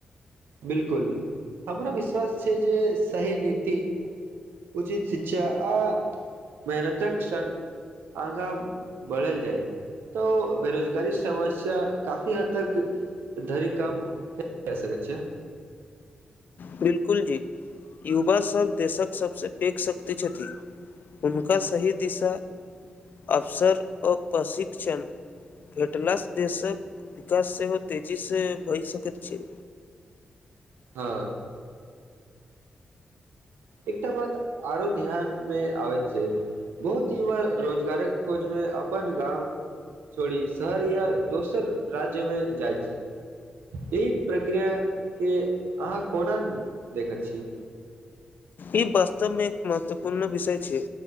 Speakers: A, on the right; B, on the left.
A: बिलकुल हमरा विश्वास छै जे सही नीत उचित शिक्षा आ मेहनतक सं आगाँ बढ़ल जा तो बेरोजगारी समस्या काफी हद त धरिक काम कए सकैत छ
B: बिलकुल जी युवाभ देशक सबसँ पैघशक्ति छथि हुनका सही दिशा अवसर आ प्रशिक्ष भेटलासँ देशक विकास सेहो तेजीसँ भऽ सकैत छ
A: ह एकटा बात आरो ध्यान मे आबै छ बहुत युवा रोजगारक खोज मे अपन गाँं छोड़ी शहर या दोसर राज्य में जाइ एहि प्रक्रियाके अहाँ कोना देखैत छ
B: ई वास्तवमे एक महत्वपूर्ण विषय छ